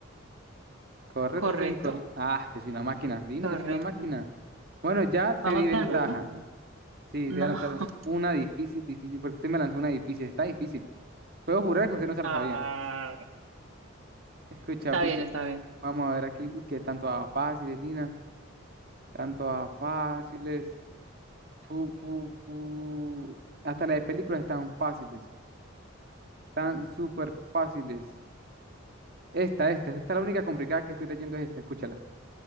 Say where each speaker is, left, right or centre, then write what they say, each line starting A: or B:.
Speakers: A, on the right; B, on the right.
A: Correcto,
B: Correcto,
A: incorrecto. Ah, que soy una máquina. Dina,
B: correcto.
A: yo soy una máquina. Bueno, ya te
B: Vamos
A: di ventaja.
B: ganando.
A: Sí,
B: No.
A: te voy a lanzar
B: <laughs>
A: una difícil, difícil, porque usted me lanzó una difícil, está difícil. Puedo jurar que usted no se la
B: Ah,
A: sabía. Escucha,
B: está
A: escucha.
B: bien, está bien.
A: Vamos a ver aquí. Uy, que tanto a fáciles, Lina. Tanto a fáciles. Pu, pu, pu. Hasta las de películas están fáciles. Están súper fáciles. Esta, esta, esta es la única complicada que estoy leyendo es esta, escúchala.